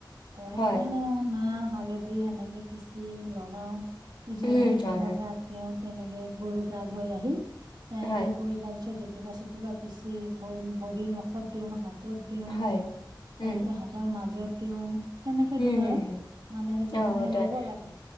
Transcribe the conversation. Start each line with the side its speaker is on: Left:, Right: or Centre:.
Right: ত সেইকাৰণে
Left: হয়
Right: মাহ হালধি সেনেকে পিচি লগাও, ইজনে
Left: উম
Right: সিজনৰ
Left: হয় হয়
Right: গাত দিওঁ তেনেকে গৰু গা ধুই আহি এনেকে
Left: হয়
Right: কৰি তাৰ পিছত জেতুকা চেতুকা পিচি ভ ভৰি নখত দিওঁ হাত হাতত দিওঁ
Left: হয় উম
Right: তেনেকে শাকৰ মাজত দিও। তেনেকে
Left: উম
Right: দিওঁ
Left: হম
Right: আৰু
Left: হম
Right: মানে সেইদিনাখন
Left: অ সেইটোয়ে
Right: ল'ব লাগে।